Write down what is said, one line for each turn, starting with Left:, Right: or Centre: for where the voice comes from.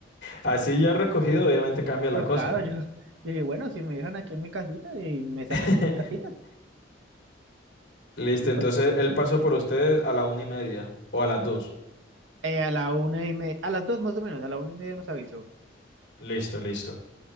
Left: Así ya recogido, obviamente cambia la
Right: Yo,
Left: cosa.
Right: claro, <laughs> yo, yo dije, bueno, si me dejan aquí en mi casita y me sacan
Left: <laughs>
Right: de mi casita.
Left: Listo,
Right: Y bueno,
Left: entonces él pasó por ustedes a la una y media o a las dos.
Right: eh, a la una y media, a las dos más o menos, a la una y media nos avisó.
Left: Listo, listo.